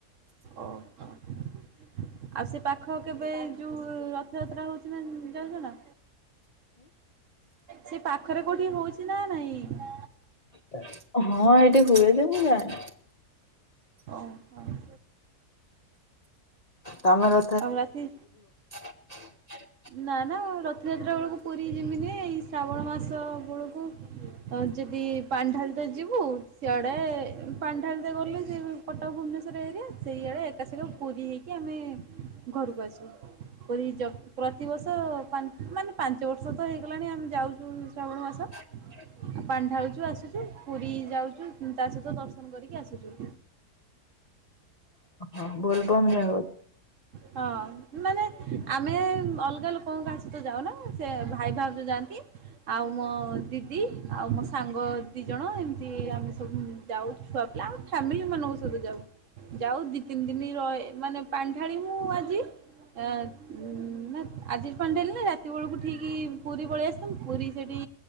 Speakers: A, on the right; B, on the left.
A: ଓହୋ। ଆଉ ସେ ପାଖ କେବେ ଯୋଉ ରଥଯାତ୍ରା ହଉଛି ନା ଯାଉଚ ନା? ସେ ପାଖରେ କୋଉଠି ହଉଚି ନା ନାଇଁ?
B: ହଁ। ହଁ ଏଇଠି ହୁଏ ଯେ, ମୁଁ ଯାଏନି।
A: ଓହୋ।
B: ତମର
A: ଆଉ ରାତି
B: <inaudible>
A: ନା-ନା ରଥଯାତ୍ରା ବେଳୁକୁ ପୁରୀ ଯିମିନି, ଏଇ ଶ୍ରାବଣ ମାସ ବେଳୁକୁ ଆଉ ଯଦି ପାଣିଢାଲିତେ ଯିବୁ, ସିଆଡେ ପାଣିଢାଲିିତେ ଗଲେ ଯେ କଟକ ଭୁବନେଶ୍ୱର ଏରିଆ ସେଇଆଡ଼େ ଏକାସଙ୍ଗେ ପୁରୀ ହଇକି ଆମେ ଘରୁକୁ ଆସିବୁ। ପୁରୀ ଜ ପ୍ରତିିବର୍ଷ ପା ମାନେ ପାଞ୍ଚ ବର୍ଷ ତ ହେଇଗଲାଣି ଆମେ ଯାଉଚୁ ଶ୍ରାବଣ ମାସ।
B: <inaudible>
A: ପାଣି ଢାଳୁଚୁ ଆସୁଚୁ, ପୁରୀ ଯାଉଚୁ ତା ସହିତ ଦର୍ଶନ କରିକି ଆସୁଚୁ।
B: ଓହୋ ବୋଲବମ୍ ଯାଅ।
A: ହଁ ମାନେ ଆମେ ଅଲଗା ଲୋକଙ୍କ କାହା ସହିତ ଯାଉନା, ସେ ଭାଇ ଭାଉଜ ଯାଆନ୍ତି। ଆଉ ମୋ ଦିଦି ଆଉ ମୋ ସାଙ୍ଗ ଦି ଜଣ ଏମ୍ତି ଆମେ ସବୁ ଯାଉ ଛୁଆ ପିଲା ଆମ ଫ୍ୟାମିଲି ମାନଙ୍କ ସହିତ ଯାଉ, ଯାଉ ଦି ତିନି ଦିନି ରହେ ମାନେ ପାଣି ଢ଼ାଳି ମୁଁ ଆଜି। ଏ ନା ଆଜି ପାଣି ଢାଳିଲେ ରାତି ବେଳୁକୁ ଠିକ୍ ପୁରୀ ପଳେଇ <unintelligible> ପୁରୀ ସେଇଠି